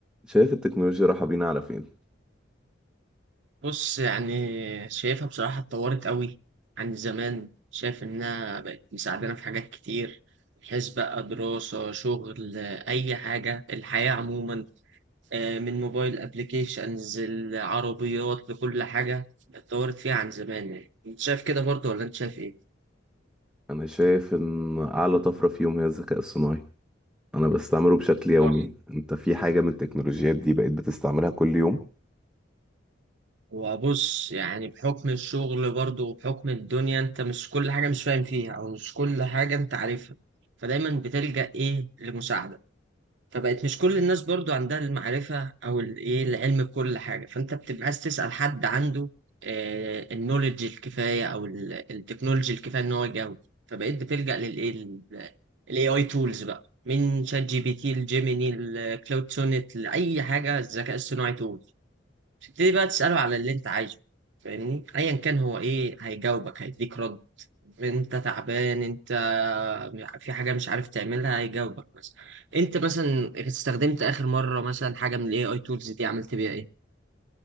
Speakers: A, in the centre; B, on the right.
A: شايف التكنولوجيا رايحة بينا على فين؟
B: بص يعني شايفها بصراحة اتطورت قوي عن زمان شايف إنها بقت مساعدانا في حاجات كتير بحيث بقى دراسة شغل أي حاجة الحياة عموما آه، من موبايل أبليكيشنز العربيات لكل حاجة اتطورت فيها عن زمان يعني أنت شايف كده برضه ولا أنت شايف إيه؟
A: أنا شايف إن أعلى طفرة فيهم هي الذكاء الصناعي أنا بستعمله بشكل يومي
B: صح
A: أنت في حاجة من التكنولوجيات دي بقيت بتستعملها كل يوم؟
B: وبص يعني بحكم الشغل برضه وبحكم الدنيا أنت مش كل حاجة مش فاهم فيها أو مش كل حاجة أنت عارفها فدايما بتلجأ إيه لمساعدة فبقت مش كل الناس برضو عندها المعرفة أو الإيه العلم بكل حاجة فأنت بتبقى عايز تسأل حد عنده النولج الكفاية أو ال- التكنولوجي الكفاية إن هو يجاوب فبقيت بتلجأ للإيه ال- ال AI tools بقى من شات جي بي تي لجيميني لكلاود سونيت لأي حاجة الذكاء الصناعي تول تبتدي بقى تسأله على اللي أنت عايزه فاهمني أيا كان هو إيه هيجاوبك هيديك رد انت تعبان انت في حاجه مش عارف تعملها هيجاوبك مثلا انت مثلا استخدمت اخر مره مثلا حاجه من الاي اي تولز دي عملت بيها ايه